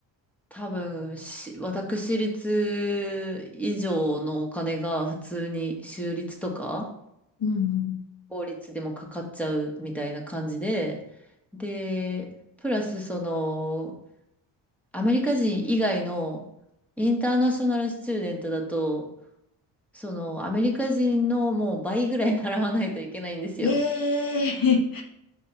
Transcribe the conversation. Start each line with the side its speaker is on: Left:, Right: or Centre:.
Centre: 多分し私立以上のお金が普通に州立とか
Left: うんうん。
Centre: 法律でもかかっちゃうみたいな感じで、で、プラスその、アメリカ人以外のインターナショナルスチューデントだと、そのアメリカ人のもう倍ぐらい <laughs> 払わないといけないんですよ。
Left: ええ <laughs>